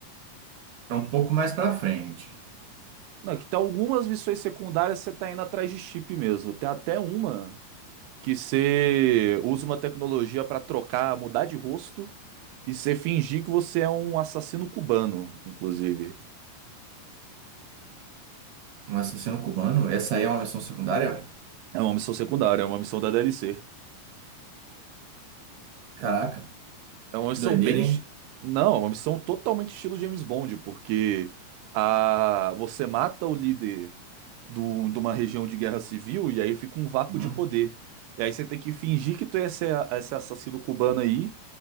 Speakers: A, on the right; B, on the right.
A: É um pouco mais pra frente.
B: Não, que tem algumas missões secundárias que você tá indo atrás de chip mesmo. Tem até uma que você usa uma tecnologia pra trocar, mudar de rosto e você fingir que você é um assassino cubano, inclusive.
A: Um assassino cubano, essa aí é uma missão secundária?
B: É uma missão secundária, é uma missão da DLC.
A: Caraca,
B: É uma missão
A: que doideira,
B: bem.
A: hein?
B: Não, é uma missão totalmente estilo James Bond, porque a... você mata o líder do... de uma região de guerra civil e aí fica um vácuo
A: Uhum.
B: de poder. E aí você tem que fingir que tu é esse, esse assassino cubano aí